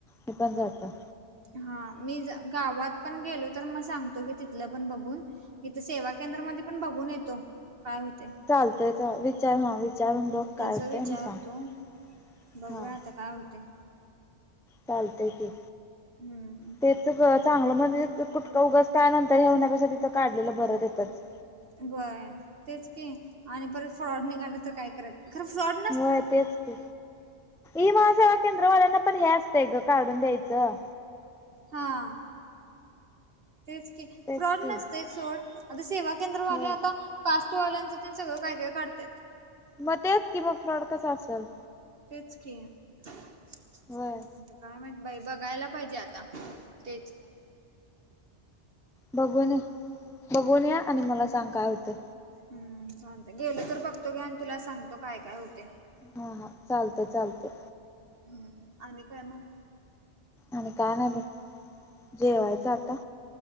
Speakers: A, in the centre; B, on the right.
A: मी पण जातो.
B: हा, मी गावात पण गेलो, तर म सांगतो की तिथलं पण बघून. इथ सेवा केंद्रामध्ये पण बघून येतो, काय होतय.
A: चालतय चा, विचार हा विचारून बघ काय
B: तसं
A: होतंय
B: विचारतो
A: आणि सांग
B: बघूया
A: हा.
B: आता काय होतय?
A: चालतय की.
B: हम्म.
A: तेच ग, चांगलं म्हणजे कुटकां उगसता नंतर हेेवण्यापेक्षा, तिथं काढलेलं बरत येतच.
B: व्हय तेच की, आणि परत फ्रॉड निघालं तर काय करा खर फ्रॉड
A: वय तेच की. ई महा सेवा केंद्रवाल्यांना पण हे असतंय ग, काढून द्यायचं.
B: हा. तेच की,
A: तेच
B: फ्रॉड
A: की
B: नसतयच सोड. आता सेवा केंद्रवाले
A: होय.
B: आता कास्ट वाल्यांचं ते सगळं काय काय काढत्यात.
A: म तेच की, म फ्रॉड कसा असेल?
B: तेच की, आता
A: होय
B: काय माहिती? बाई बघायला पाहिजे आता. तेच.
A: बघूनये. बघून या आणि मला सांग, काय होतय?
B: हम्म, चालतय, गेल तर बघतो घ्या, आणि तुला सांगतो काय काय होतय.
A: हा हा, चालतय चालतय.
B: हम्म आणि काय मग?
A: आणि काय नाही बघ. जेवायचं आता.